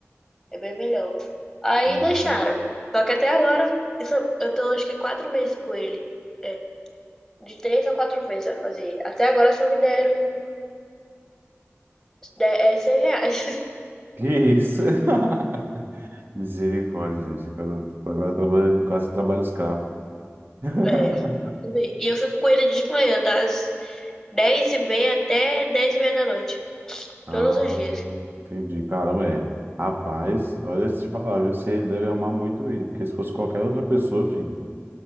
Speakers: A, in the centre; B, on the right.
A: é bem melhor. Aí
B: Não.
A: deixaram. Só que até agora, isso- eu tô acho que quatro meses com ele. É, de três a quatro meses a fazer. Até agora só me deram de- é, 100 reais. <laughs>
B: Que isso? <laughs> Misericórdia, gente. Agora agora trabalha- quase trabalho escravo. <laughs>
A: É, e eu fico com ele de manhã, das dez e meia até dez e meia da noite.
B: Ah,
A: Todos os dias.
B: entendi. Caramba, é. Rapaz, olha, se te falar, viu, você deve amar muito ele, porque se fosse qualquer outra pessoa, filho.